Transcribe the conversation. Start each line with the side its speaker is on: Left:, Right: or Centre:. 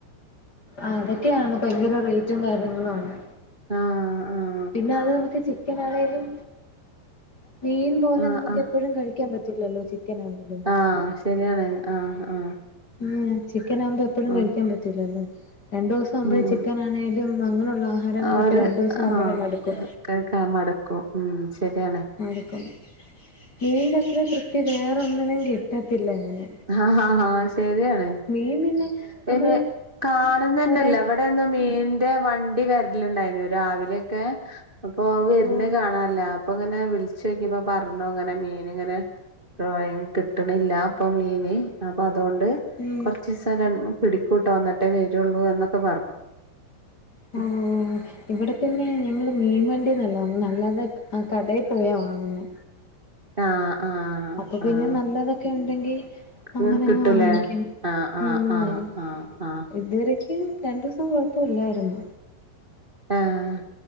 Left: ആഹ് അതൊക്കെയാണ് ഭയങ്കര റേറ്റും കാര്യങ്ങളും ആണ്
Right: ആഹ് ആഹ്
Left: പിന്നെ അത് നമുക്ക് ചിക്കൻ ആണേലും മീൻ പോലെ
Right: ആഹ്
Left: നമുക്ക്
Right: ആഹ്
Left: എപ്പോഴും കഴിക്കാൻ പറ്റും പറ്റില്ലല്ലോ ചിക്കൻ ആണേലും
Right: ആഹ് ശരിയാണ് ആഹ് ആഹ്
Left: ഉം ചിക്കൻ ആകുമ്പോ എപ്പോഴും
Right: ആഹ്
Left: കഴിക്കാൻ പറ്റിലല്ലോ രണ്ടു ദിവസം ആകുമ്പോഴേ
Right: ഉം
Left: ചിക്കൻ ആണെങ്കലും അങ്ങനെയുള്ള ആഹാരങ്ങളൊക്കെ
Right: ആ ഒരു
Left: രണ്ടു ദിവസം ആകുമ്പോഴേ
Right: ആഹ്
Left: മടുക്കും
Right: <unintelligible> ഉം ശരിയാണ്
Left: മടുക്കും മീന്റത്ര തൃപ്തി വേറെന്നിനും കിട്ടത്തില്ല അങ്ങനെ
Right: ആഹ് ശരിയാണ്
Left: മീൻ പിന്നെ
Right: പിന്നെ
Left: നമ്മള്
Right: കാണുന്നന്നെല്ലേ
Left: ഒരാഴ്
Right: വിടെ ഇവിടെന്ന് മീന്റെ വണ്ടി വരലുണ്ടായിരുനു രാവിലെയൊക്കെ അപ്പൊ അത് വരുന്ന
Left: ആഹ്
Right: കാണാല്ല അപ്പ ഇങ്ങനെ വിളിച്ച് നോക്കിയ്പ്പ പറഞ്ഞു ഇങ്ങനെ മീൻ ഇങ്ങനെ ഡ്രോയിങ്ങ് കിട്ടണില്ല ഇപ്പൊ മീന് അപ്പൊ അതുകൊണ്ട്
Left: ഉം
Right: കൊറച്ച് ദിവസം ര പിടിക്കൂട്ടോ എന്നിട്ടേ വരുള്ളൂ എന്നൊക്കെ പറഞ്ഞു ഉം
Left: ആഹ് ഇവിടെ പിന്നെ ഞങ്ങള് മീൻവണ്ടീന്നല്ല വാങ്ങന്നെ അല്ലാതെ ആഹ് കടേ പോയ വാങ്ങുന്നെ
Right: ആഹ് -ആഹ്
Left: അപ്പൊ പിന്നെ
Right: ആഹ്
Left: നല്ലതൊക്കെ ഒണ്ടെങ്കി അങ്ങനങ്ങ്
Right: നിങ്ങക്ക് കിട്ടൂലേ
Left: വാങ്ങിക്കും
Right: ആഹ് ആഹ്
Left: ഉം
Right: ആഹ് ആഹ് ആഹ്
Left: ഇതുവരക്ക് രണ്ടുസം കൊഴപ്പയില്ലായിരുന്ന്
Right: ആഹ്